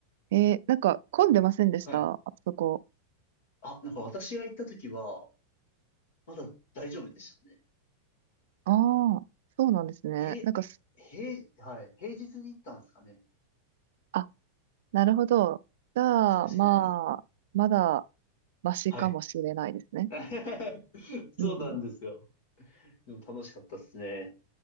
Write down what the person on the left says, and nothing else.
はい。あ、なんか私が行った時は、まだ大丈夫でしたね。
へ、
へ、はい。平日に行ったんですかね。
かもしれないです。
はい。<laughs> そうなんですよ。
でも楽しかったっすね。